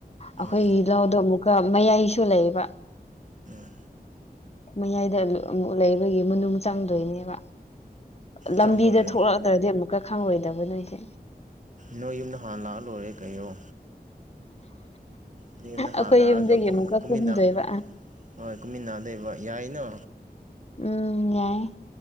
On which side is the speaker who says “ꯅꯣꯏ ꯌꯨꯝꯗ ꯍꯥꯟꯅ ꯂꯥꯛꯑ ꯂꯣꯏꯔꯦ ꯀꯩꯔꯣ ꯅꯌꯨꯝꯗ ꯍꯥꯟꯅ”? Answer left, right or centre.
Right